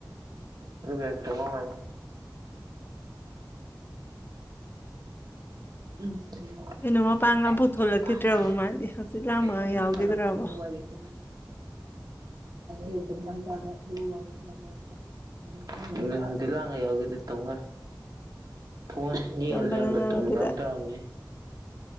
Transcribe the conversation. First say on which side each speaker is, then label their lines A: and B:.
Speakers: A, on the right (about 55°); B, on the left (about 30°).
A: ꯑꯗꯨꯒ ꯇꯨꯃꯝꯃꯣ ꯍꯥꯏꯌꯨ ꯎꯝ
B: ꯀꯩꯅꯣ
A: ꯃꯤꯅꯤꯠ
B: ꯃꯄꯥꯟꯒ
A: ꯑꯅꯤꯗꯤ
B: ꯑꯝꯐꯥꯎ ꯊꯣꯛꯂꯛꯈꯤꯗ꯭ꯔꯕꯣ
A: ꯐꯗꯦ
B: ꯃꯥꯗꯤ ꯍꯛꯆꯤꯠ ꯂꯥꯡꯕꯒ
A: ꯑꯗꯨꯝ
B: ꯌꯥꯎꯈꯤꯗ꯭ꯔꯕꯣ
A: ꯇꯜꯂꯛꯄꯒꯤ ꯋꯥꯔꯤꯅꯦ ____ꯑꯗꯨꯝ ꯋꯥꯔꯤ ꯁꯥꯅꯕꯒꯤ ꯂꯥꯡꯗ___ ꯇꯨꯝꯈ꯭ꯔꯦ ꯐꯣꯟ ꯌꯦꯡꯉꯥ
B: ꯇꯨꯝꯕꯅ
A: ꯂꯩꯕ
B: ꯉꯝꯈꯤꯗ
A: ꯇꯨꯝꯕ꯭ꯔꯃ ꯇꯧꯔꯝꯅꯤ